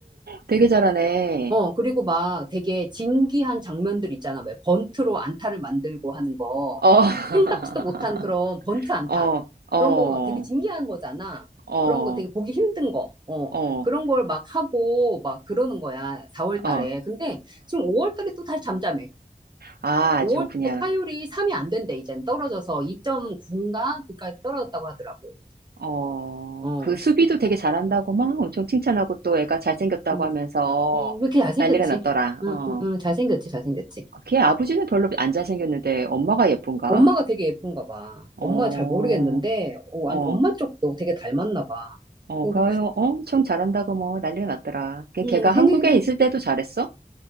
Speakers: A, on the right; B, on the right.
A: 되게 잘하네.
B: 어, 그리고 막 되게 진기한 장면들 있잖아. 왜 번트로 안타를 만들고 하는 거.
A: 어,
B: 생각지도
A: <laughs>
B: 못한 그런 번트 안타.
A: 어, 어,
B: 그런 거 막 되게 진기한 거잖아.
A: 어,
B: 그런 거 되게 보기 힘든 거. 어,
A: 어, 어,
B: 그런 걸 막 하고 막 그러는 거야. 4월 달에.
A: 어.
B: 근데 지금 5월 달에 또 다시 잠잠해.
A: 아, 아주
B: 5월
A: 그냥,
B: 달에 타율이 3이 안 된대, 이젠. 떨어져서 2.9인가? 그까지 떨어졌다고 하더라고.
A: 어,
B: 어.
A: 그 수비도 되게 잘한다고 막 엄청 칭찬하고 또 애가 잘생겼다고
B: 음,
A: 하면서
B: 음, 왜 이렇게 잘생겼지?
A: 난리가 났더라.
B: 응,
A: 어,
B: 응, 응, 잘생겼지, 잘생겼지.
A: 아, 걔 아버지는 별로 안 잘생겼는데 엄마가 예쁜가?
B: 엄마가 되게 예쁜가 봐.
A: 어,
B: 엄마 잘 모르겠는데, 어, 완-
A: 어,
B: 엄마 쪽도 되게 닮았나 봐.
A: 어,
B: 그리고,
A: 그래요. 엄청 잘한다고 뭐 난리가 났더라. 걔, 걔가
B: 음, 생기기
A: 한국에 있을 때도 잘했어?